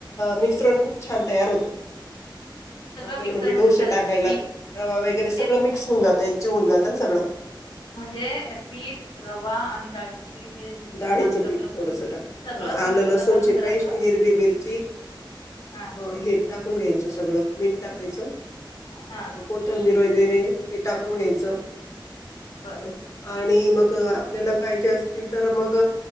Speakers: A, on the left; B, on the left.
A: मिश्रण खूप छान तयार होतं.
B: सगळं
A: आपल्याला
B: मिक्सरमध्येच
A: म्हणजे डोशे
B: घालायचं
A: टाकायला
B: पी
A: रवा वगैरे सगळं
B: तेच
A: मिक्स होऊन जातं एकजीव होऊन जातं ना सगळं
B: म्हणजे पीठ, रवा आणि डाळीचं पीठ हे म-
A: डाळीचं
B: अद्रक
A: पीठ
B: लसूण
A: थोडसं टाक
B: सगळंच मिक्सरला
A: आलं लसूणची
B: घालून जरा
A: पेस्ट,
B: असं
A: हिरवी मिरची
B: हा
A: अ हे टाकून घ्यायचं सगळं मीठ टाकायचं.
B: हा
A: कोथंबीर वगैरे ते टाकून घ्यायचं
B: बर
A: ह आणि मग आपल्याला पाहिजे असतील तर मग